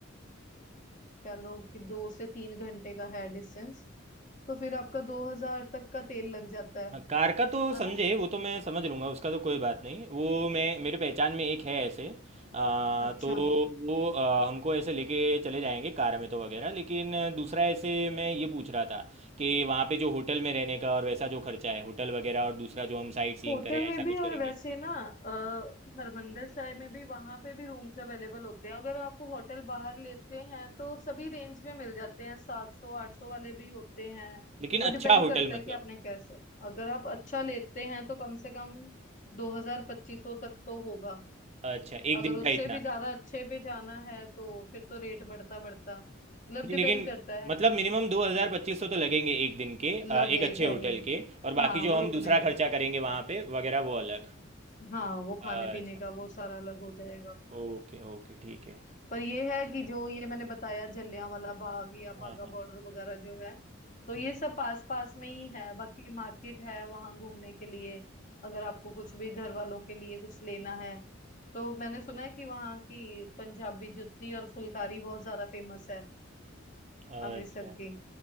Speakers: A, on the left; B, on the right.
A: कह लो कि दो से तीन घंटे का है डिस्टेंस तो फिर आपका दो हजार तक का तेल लग जाता है
B: हाँ, कार का तो
A: है
B: समझे
A: ना
B: वो तो मैं समझ लूँगा उसका तो कोई बात नहीं वो मैं मेरे पहचान में एक है ऐसे आ,
A: अच्छा
B: तो वो आ, हमको ऐसे लेके चले जाएंगे कार में तो वगैरह लेकिन दूसरा ऐसे मैं ये पूछ रहा था कि वहाँ पे जो होटल में रहने का और वैसा जो खर्चा है होटल वगैरह और दूसरा जो हम साइट सीइंग
A: होटल
B: करें ऐसा
A: में
B: कुछ
A: भी और
B: करेंगे
A: वैसे ना अ, हरमंदर साहिब में भी वहां पे भी रूम्स अवेलेबल होते हैं अगर आप होटल बाहर लेते हैं तो सभी रेंज में मिल जाते हैं सात सौ आठ सौ वाले भी होते हैं
B: लेकिन
A: वो
B: अच्छा
A: डिपेंड
B: होटल
A: करता
B: मतलब
A: है कि आपने कैसे अगर आप अच्छा लेते हैं तो कम से कम दो हजार पच्चीस सौ तक तो होगा
B: अच्छा एक
A: अगर
B: दिन
A: उससे
B: का इतना
A: भी ज्यादा अच्छे पे जाना है तो फिर तो रेट बढ़ता बढ़ता मतलब
B: नहीं,
A: डिपेंड
B: लेकिन
A: करता है अपने
B: मतलब मिनिमम दो हज़ार पच्चीस सौ तो लगेंगे एक दिन के आ,
A: लगेगा
B: एक अच्छे होटल
A: ही
B: के और
A: हाँ
B: बाकी
A: वो
B: जो
A: रुकने
B: हम दूसरा
A: का
B: खर्चा करेंगे वहाँ पे वगैरह वो अलग
A: हाँ वो खाने
B: अच्छा।
A: पीने का वो सारा अलग हो जाएगा
B: ओके ओके ठीक है
A: पर ये है कि जो ये मैंने बताया जलियांवाला बाग या बागा
B: हाँ हाँ
A: बॉर्डर वगैरह जो है तो
B: हम्म,
A: ये
B: हम्म,
A: सब पास पास में ही है बाकी मार्केट है वहां घूमने के लिए अगर आपको कुछ भी घर
B: हम्म।
A: वालों के लिए कुछ लेना है तो मैंने सुना है कि वहाँ की पंजाबी जुत्ती और फुलकारी बहुत ज्यादा फेमस है
B: हम्म।
A: अमृतसर
B: अच्छा
A: की